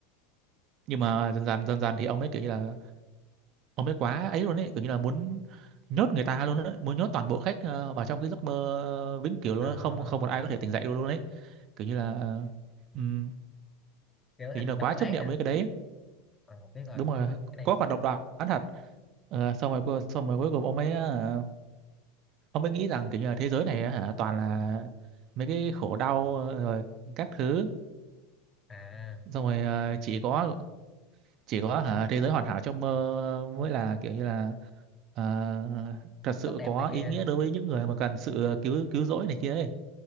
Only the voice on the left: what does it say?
à,
kiểu
thành
độc đoán
á
à, biết rồi
tôi
biết rồi cái
này
à
tốt đẹp
này
kia